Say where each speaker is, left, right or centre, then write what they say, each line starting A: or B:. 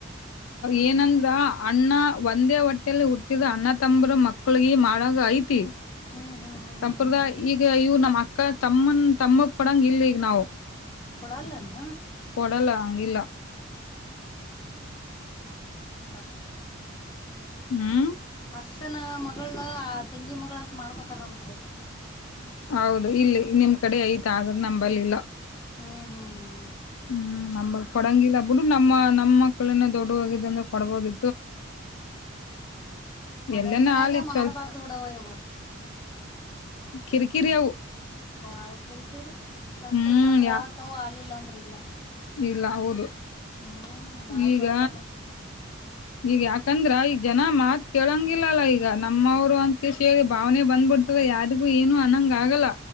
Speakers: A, on the left (about 80°); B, on the left (about 20°).
A: ಏನಂದ್ರ ಅಣ್ಣ ಒಂದೇ ಹೊಟ್ಟೇಲಿ ಹುಟ್ಟಿದ ಅಣ್ಣ ತಂಬ್ರ ಮಕ್ಳಗ ಮಾಡಾಗ ಐತಿ.
B: ಹ್ಮ್ ಹ್ಮ್ ಹ್ಮ್
A: ಸಂಪ್ರದಾಯ
B: ಹ್ಮ್
A: ಈಗ ಇವ ನಮ್ಮ್ ಅಕ್ಕ ತಮ್ಮನ್ ತಮ್ಮಕ್ ಪಡಂಗ ಇಲ್ ಈಗ ನಾವು.
B: ಕೊಡಲ್ಲ ಅನು.
A: ಕೊಡಲ್ಲ ಹಂಗಿಲ್ಲ
B: ಹ.
A: ಹ್ಮ್.
B: ಅಕ್ಕನ ಮಗಳ ತೆಂಗಿ ಮಗಳ ಅಂತ ಮಾಡ್ಕೊತಾರ ನಮ ಕಡೆ.
A: ಹೌದು ಇಲ್ಲಿ ನಿಮ್ ಕಡೆ ಐತ ಆದ್ರೆ ನಂಬಲ್ಲಿಲ್ಲ.
B: ಹ್ಮ್ ಹ್ಮ್ ಹ್ಮ್.
A: ಹ್ಮ್ ನಮ್ಮಗ್ ಕೊಡಂಗಿಲ್ಲ ಬಿಿಡು ನಮ್ಮ ನಮ್ಮ ಮಕ್ಳನ ದೊಡ್ಡ ಹೋಗಿದ ಅಂದ್ರ. ಪಡಬೋದು.
B: ಮನೇಂದ
A: ಎಲ್ಲನ
B: ಮನ್ಯಾಗ
A: ಆಲಿ
B: ಮಾಡಬಾರ್ದು
A: ಚೊಲ್
B: ಬಿಡವ ಇವ.
A: ಕಿರಿಕಿರಿ
B: ಹ
A: ಅವು
B: ಬಾಳ್ ಕಿರಿ ಕಿರಿ ಸಕ್ಸಸ್
A: ಹ್ಮ್
B: ಆದ್ರ
A: ಯಾ
B: ಆತ ಆಲಿಲ್ಲ ಅಂತ. ಇಲ್ಲ.
A: ಇಲ್ಲ ಹೌದು
B: ಹ್ಮ್ ಬಾಳ
A: ಈಗ
B: ಪ್ರಾಬ್ಲಮ್
A: ಈಗ ಯಾಕಂದ್ರ ಈಗ. ಜನ ಮಾತು ಕೇಳಂಗಿಲ್ಲಲ್ಲ ಈಗ ನಮ್ಮವರು ಅಂತ ಕ ಹೇಳಿ ಭಾವನೆ ಬಂದ್ಬಿಡ್ತದ ಯಾರಿಗೂ ಏನು ಅನ್ನಂಗ ಆಗಲ್ಲ.